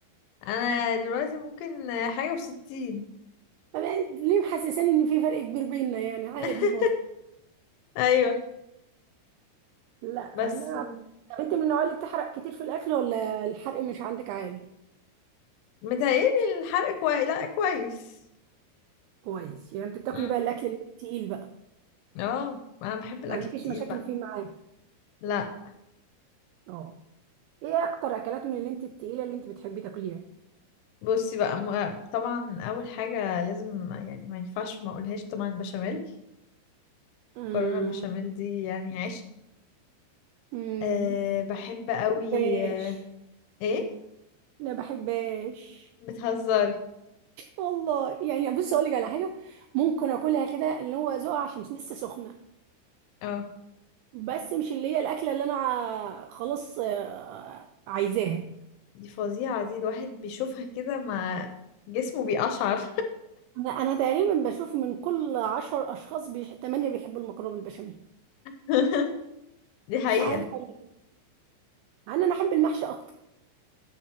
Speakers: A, on the left (about 80°); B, on the right (about 85°).
A: انا دلوقتي ممكن حاجه وستين
B: طب يعني ليه محسساني ان في فرق كبير بيننا يعني عادي
A: <laughs>
B: برضه
A: ايوه
B: لا
A: بس
B: انا طب انت من النوع اللي بتحرق كتير في الاكل ولا الحرق مش عندك عالي
A: متهيألي الحرق كويس لا كويس
B: كويس يعني انت بتاكلي
A: امم
B: بقى الاكل اللي هو التقيل بقى
A: اه انا بحب الاكل
B: ما عندكيش
A: التقيل
B: مشاكل
A: بقى
B: فيه معاه
A: لا
B: اه ايه اكتر اكلات من اللي انت التقيله اللي انت بتحبي تاكليها
A: بصي بقى م... طبعا اول حاجه لازم يعني ما ينفعش ما اقولهاش طبعا البشاميل
B: امم
A: مكرونه البشاميل دي يعني عيش
B: امم
A: أه بحب قوي
B: بحبهاش
A: أه ايه
B: لا بحبهاش
A: بتهزري
B: والله يعني بص اقول لك على حاجه ممكن اكلها كده اللي هو ذوقها عشان لسه سخنه
A: اه
B: بس مش اللي هي الاكله اللي انا ع- خلاص آه، عايزاها
A: دي فظيعه دي الواحد بيشوفها كده ما جسمه بيقشعر
B: انا انا تقريبا بشوف من كل عشر اشخاص بيح... تمانية بيحبوا المكرونه بالبشاميل
A: <laughs> دي حقيقه
B: مش عارفه ليه. انا انا احب المحشي اكتر